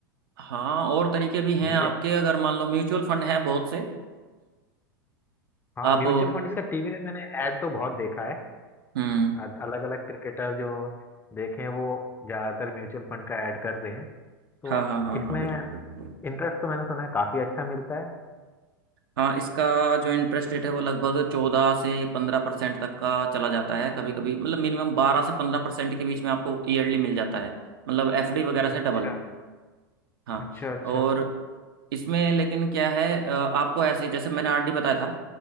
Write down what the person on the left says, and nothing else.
जी
हाँ
म्यूचुअल फंड इसका टीवी में मैंने ऐड तो बहुत देखा है
अलग अलग क्रिकेटर जो देखे हैं वो ज़्यादातर म्यूचुअल फंड का ऐड कर रहे हैं तो
इसमें
इंटरेस्ट तो मैंने सुना है काफी अच्छा मिलता है
अच्छा
अच्छा अच्छा